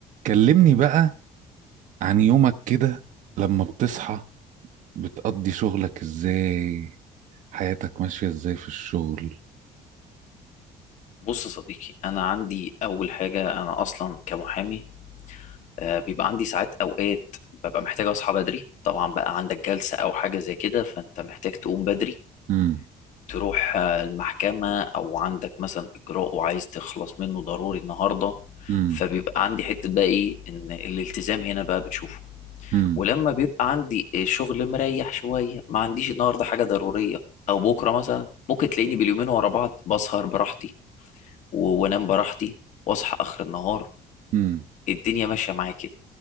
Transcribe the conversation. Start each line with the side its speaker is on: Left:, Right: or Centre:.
Right: كلمني بقى عن يومك كده لما بتصحى بتقضي شغلك ازاي حياتك ماشية ازاي في الشغل
Left: بص يا صديقي انا عندي اول حاجه انا اصلا كمحامي آه، بيبقى عندي ساعات اوقات ببقى محتاج اصحى بدري طبعا بقى عندك جلسه او حاجه زي كده فانت محتاج تقوم بدري
Right: امم
Left: تروح آه، المحكمه او عندك مثلا اجراء وعايز تخلص منه ضروري النهارده
Right: امم
Left: فبيبقى عندي حته بقى ايه ان الالتزام هنا بقى بتشوفه
Right: امم
Left: ولما بيبقى عندي آه، شغل مريح شويه ما عنديش النهارده حاجه ضروريه او بكره مثلا ممكن تلاقيني باليومين ورا بعض بسهر براحتي و- وانام براحتي واصحى اخر النهار
Right: امم
Left: الدنيا ماشيه معايا كده